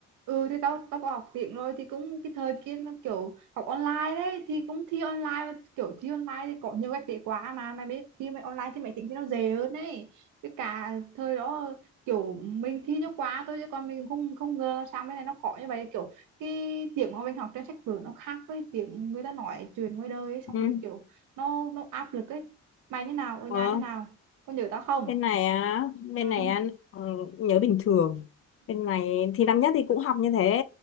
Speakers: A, on the right (about 80°); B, on the left (about 45°).
A: ừ thì tao tao có học tiếng rồi thì cũng cái thời kia nó kiểu học online đấy thì cũng thi online mà kiểu thi online thì có nhiều cách để quá mà mày biết thi mày online thì mày tính thì nó dễ hơn đấy cái cả thời đó kiểu mình thi cho quá thôi chứ còn mình không không ngờ là sao cái này nó khó như vậy kiểu cái tiếng mà mình học trên sách vở nó khác với tiếng người ta nói chuyện ngoài đời ấy xong
B: Ừ.
A: rồi kiểu nó nó áp lực ấy mày như nào ở nhà
B: Ờ.
A: như nào có nhớ tao không
B: bên này á bên
A: ừ.
B: này á ừ, nhớ bình thường bên này thì năm nhất thì cũng học như thế